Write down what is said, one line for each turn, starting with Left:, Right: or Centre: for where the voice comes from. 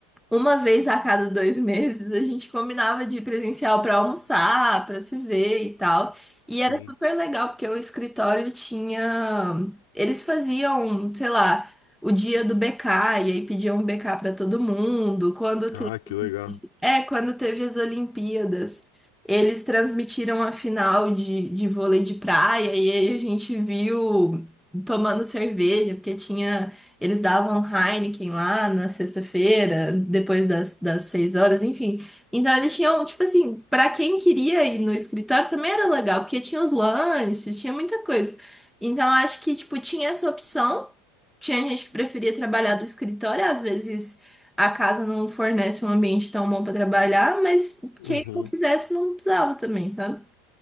Centre: uma vez a cada dois meses a gente combinava de ir presencial para almoçar, para se ver e tal. E
Left: Sim.
Centre: era super legal porque o escritório tinha. Eles faziam, sei lá, o dia do BK, e aí pediam um BK para todo mundo. Quando
Left: Ah, que legal.
Centre: é, quando teve as Olimpíadas, eles transmitiram a final de, de vôlei de praia e aí a gente viu tomando cerveja, porque tinha, eles davam Heineken lá na sexta-feira, depois das, das seis horas, enfim. Então eles tinham, tipo assim, pra quem queria ir no escritório também era legal, porque tinha os lanches, tinha muita coisa. Então acho que, tipo, tinha essa opção. Tinha gente que preferia trabalhar do escritório, às vezes. A casa não fornece um ambiente tão bom para trabalhar, mas
Left: Uhum.
Centre: quem não quisesse não precisava também, sabe?